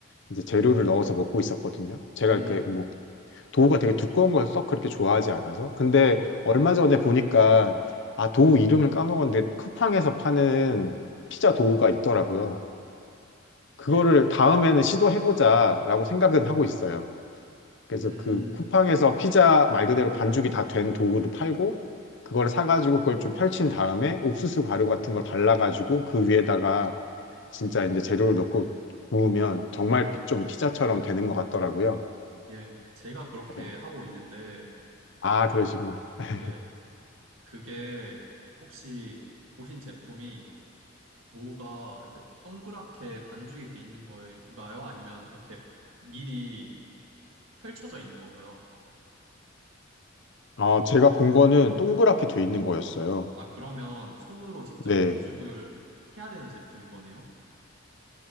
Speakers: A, on the left; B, on the right.
A: 이제 재료를 넣어서 먹고 있었거든요. 제가
B: 음,
A: 이렇게 뭐 도우가 되게 두꺼운 걸 썩 그렇게 좋아하지 않아서. 근데
B: 예,
A: 얼마 전에 보니까 아, 도우 이름을 까먹었는데 쿠팡에서 파는 피자 도우가 있더라고요. 그거를
B: 예,
A: 다음에는 시도해보자라고 생각은 하고 있어요. 그래서
B: 음,
A: 그 쿠팡에서 피자 말 그대로 반죽이 다 된 도구를 팔고 그걸 사가지고 그걸 좀 펼친 다음에 옥수수 가루 같은 걸 발라가지고 그 위에다가 진짜 이제 재료를 넣고 구우면 정말 피- 좀 피자처럼 되는 것 같더라고요.
B: 예. 제가 그렇게
A: 네.
B: 하고 있는데
A: 아, 그러시구나. <laughs>
B: 예, 그게 혹시 보신 제품이 도우가 이렇게 동그랗게 반죽이 돼 있는 건가요? 아니면 이렇게 미리 펼쳐져 있는 건가요?
A: 아, 제가 본 거는 동그랗게 돼 있는 거였어요.
B: 아, 그러면 손으로 직접
A: 네,
B: 네. 반죽을 해야 되는 제품인 거네요?